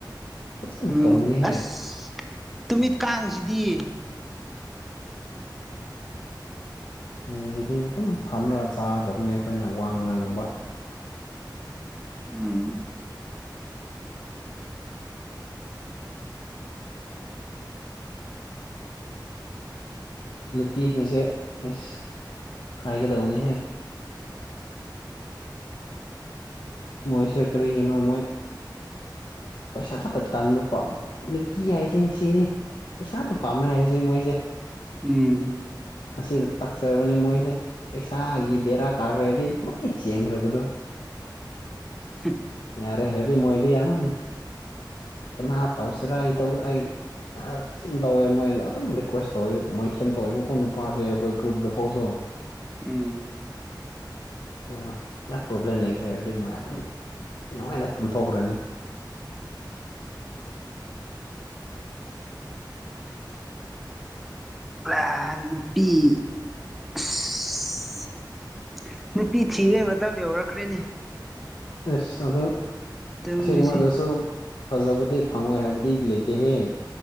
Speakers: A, on the left; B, in the centre.
A: ꯐꯖꯅ
B: ꯎꯝ
A: ꯇꯣꯡꯕꯅꯤꯍꯦ
B: ꯑꯁ ꯇꯨꯃꯤꯠ ꯀꯥꯡꯁꯤꯗꯤ
A: ꯃꯣꯏꯁꯤꯗꯤ ꯑꯗꯨꯝ ꯐꯝꯔ ꯆꯥꯈ꯭ꯔꯕꯅꯤ ꯑꯩꯈꯣꯏꯅ ꯋꯥ ꯉꯥꯡꯕ
B: ꯎꯝ
A: ꯅꯨꯄꯤꯁꯤꯡꯁꯦ ꯑꯁ ꯍꯥꯏꯒꯗꯧꯕꯅꯤꯍꯦ ꯃꯣꯏꯁꯦ ꯀꯔꯤꯒꯤꯅꯣ ꯃꯣꯏ ꯄꯩꯁꯥ ꯈꯛꯇ ꯇꯥꯟꯕ ꯄꯥꯝ ꯅꯨꯄꯤ ꯍꯥꯏꯁꯦ ꯁꯤꯅꯤ ꯄꯩꯁꯥꯇ ꯄꯥꯝꯃꯦ ꯍꯥꯏꯕꯁꯦ ꯃꯣꯏꯁꯦ
B: ꯎꯝ
A: ꯑꯁꯤꯗ ꯇꯥꯛꯆꯕꯅꯤ ꯃꯣꯏꯁꯦ ꯄꯩꯁꯥꯒꯤ ꯕꯦꯔꯥ ꯀꯥꯒ꯭ꯔꯦ ꯑꯗꯤ ꯂꯣꯏ ꯆꯦꯟꯈ꯭ꯔꯕꯗꯣ
B: ꯍꯝ
A: ꯌꯥꯔꯦ ꯍꯥꯏꯔꯗꯤ ꯃꯣꯏꯗꯤ ꯌꯥꯝ ꯀꯅꯥ ꯇꯧꯁꯤꯔꯥ ꯑꯩ ꯇꯧ ꯑꯩ ꯑꯥ ꯆꯨꯝ ꯇꯧꯋꯦ ꯃꯣꯏ ꯑꯗꯨꯝ ꯔꯤꯀ꯭ꯋꯦꯁ ꯇꯧꯋꯦ ꯃꯣꯏꯊꯦꯝ ꯇꯧꯋꯦꯕꯀꯣ ꯅꯨꯄꯥꯁꯦ ꯑꯈꯣꯏ ꯒ꯭ꯔꯨꯞꯗꯐꯥꯎꯁꯨ
B: ꯎꯝ
A: ꯑ ꯂꯥ ꯄ꯭ꯔꯣꯕ꯭ꯂꯦꯝ ꯂꯩꯈ꯭ꯔꯦ ꯍꯥꯏꯔꯗꯤ ꯃꯣꯏ ꯑꯗꯨꯝ ꯅꯨꯡꯉꯥꯏꯅ ꯇꯨꯝꯊꯣꯛꯈ꯭ꯔꯅꯤ
B: ꯑꯍ ꯅꯨꯄꯤ ꯑꯁ ꯅꯨꯄꯤ ꯊꯤꯕꯩ ꯃꯇꯝ ꯌꯧꯔꯛꯈ꯭ꯔꯦꯅꯦ
A: ꯑꯤꯁ ꯑꯗꯨ
B: ꯇꯧꯔꯤꯁꯦ
A: ꯑꯁꯤꯒꯨꯝꯕꯗꯁꯨ ꯐꯖꯕꯗꯤ ꯐꯪꯉꯣꯏ ꯍꯥꯏꯕꯗꯤ ꯂꯩꯇꯦꯍꯦ